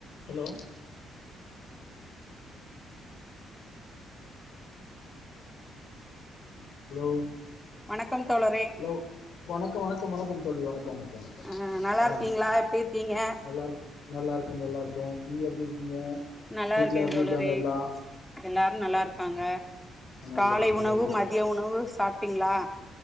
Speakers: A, on the left (about 70°); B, in the centre.
A: Hello hello
B: வணக்கம் தோழரே
A: hello வணக்க வணக்க வணக்க தோழி வணக்க வணக்க வணக்க
B: ஆ நல்லா
A: ஆஹ்
B: இருக்கீங்களா எப்டி இருக்கீங்க
A: நல்லா இருக் நல்லாருக்க நல்லாருக்கொ நீங்க எப்டி இருக்கீங்க
B: நல்லா
A: வீட்ல
B: இருக்கே
A: எப்டி
B: தோழரே
A: இருக்காங்க எல்லா
B: எல்லாரு நல்லா இருக்காங்க
A: நல்லது
B: காலை
A: நல்லது
B: உணவு மதிய உணவு சாப் டிங்களா